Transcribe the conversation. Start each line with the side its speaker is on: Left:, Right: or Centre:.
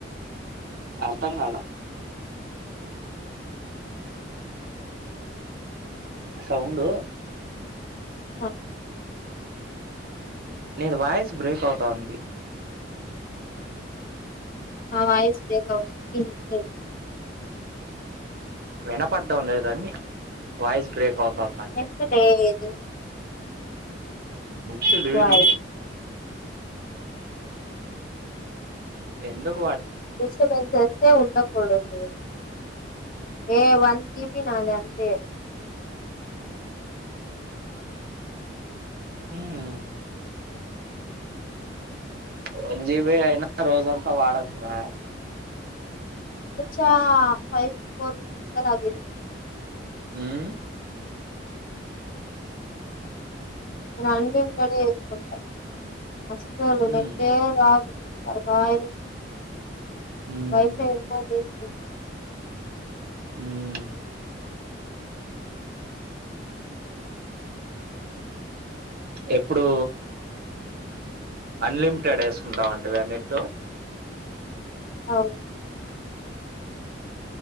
Right: అర్థం కాల సౌండ్
Left: అ
Right: నిది వాయిస్ బ్రేక్ అవుతా ఉంది
Left: నా వాయిస్ బ్రేక్ అవ్వడం తే
Right: వినపడ్డం లేదాన్ని వాయిస్ బ్రేక్ అవుతాంది అంటే
Left: ఎస్తలే త్త
Right: నెట్టు లేదు
Left: వై
Right: ఎందుక్
Left: డిస్టరబెన్స్ చేస్తే ఉండ డదు ఏ వన్ జీబి నాది అంతే
Right: ఉ హు వన్ జీబీ అయినా రోజంతా వాడకుడదు
Left: అబచ్చ ఫైవ్ జీ ఫోన్ కలాగష్
Right: మ్మ్
Left: నేను అన్ని ఇంట్లోనే చేసుకుంటా ఫస్ట్ ఇది
Right: ఉమ్
Left: నెట్టే రాదు అర్థమైంది
Right: ఉమ్
Left: వైఫై ఉన్న వేస్ట్
Right: మ్మ్ ఎప్పుడు అన్లిమిటెడ్ ఏసుకుంటా ఉంటివా నెట్టు
Left: అవును